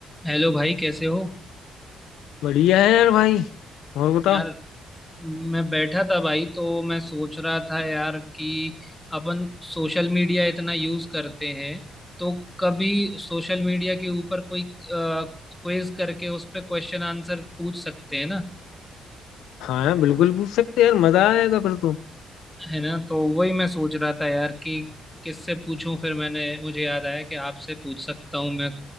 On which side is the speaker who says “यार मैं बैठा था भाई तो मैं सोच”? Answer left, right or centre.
Centre